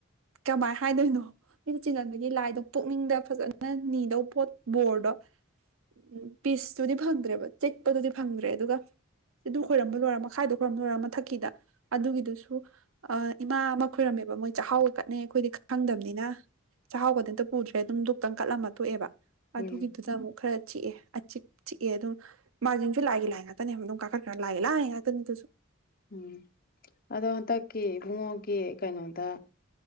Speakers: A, on the right; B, on the left.
A: ꯀꯃꯥꯏꯅ ꯍꯥꯏꯗꯣꯏꯅꯣ ꯃꯤꯗꯨ ꯆꯤꯟꯃꯟꯕꯒꯤ ꯂꯥꯏꯗꯣ ꯄꯨꯛꯅꯤꯡꯗ ꯐꯖꯅ ꯅꯤꯗꯧꯕ ꯄꯣꯠ ꯕꯣꯔꯗꯣ ꯎ ꯄꯤꯁꯇꯨꯗꯤ ꯐꯪꯗ꯭ꯔꯦꯕ ꯆꯤꯛꯄꯗꯨꯗꯤ ꯐꯪꯗ꯭ꯔꯦ ꯑꯗꯨꯒ ꯆꯤꯗꯨ ꯈꯣꯏꯔꯝꯕ ꯂꯣꯏꯔꯝ ꯃꯈꯥꯏꯗꯨ ꯈꯣꯏꯔꯝꯕ ꯂꯣꯏꯔꯝ ꯃꯊꯛꯀꯤꯗ ꯑꯗꯨꯒꯤꯗꯨꯁꯨ ꯏꯃꯥ ꯑꯃ ꯈꯣꯏꯔꯝꯃꯦꯕ ꯃꯣꯏ ꯆꯥꯛꯍꯥꯎꯒ ꯀꯠꯅꯩ ꯑꯩꯈꯣꯏꯗꯤ ꯈꯪꯗꯝꯕꯅꯤꯅ ꯆꯥꯛꯍꯥꯎꯒꯗꯤꯝꯇ ꯄꯨꯗ꯭ꯔꯦ ꯑꯗꯨꯝ ꯈꯤꯇꯪ ꯀꯠꯂꯝ ꯑꯃ ꯊꯣꯛꯑꯦꯕ ꯑꯗꯨꯒꯤꯗꯨꯗ
B: ꯎꯝ
A: ꯑꯃꯨꯛ ꯈꯔ ꯆꯤꯛꯑꯦ ꯑꯤꯛ ꯆꯤꯛꯑ ꯑꯗꯨꯝ ꯃꯥꯔꯖꯤꯡꯁꯨ ꯂꯥꯛꯑꯦ ꯂꯥꯛꯑ ꯉꯥꯛꯇꯅꯦ ꯑꯗꯨꯝ ꯀꯥꯀꯠ ꯈꯔ ꯂꯥꯛꯑꯦ ꯂꯥꯛ ꯉꯥꯛꯇꯅꯤ ꯑꯗꯨꯁꯨ
B: ꯎꯝ ꯑꯗꯣ ꯍꯟꯗꯛꯀꯤ ꯏꯕꯨꯡꯉꯣꯒꯤ ꯀꯩꯅꯣꯗ